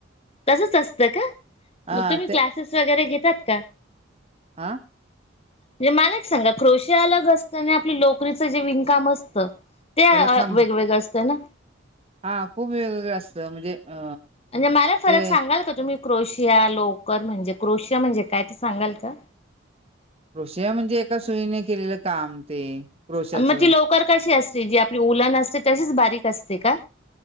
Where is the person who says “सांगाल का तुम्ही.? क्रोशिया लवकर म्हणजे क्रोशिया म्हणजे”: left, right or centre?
Left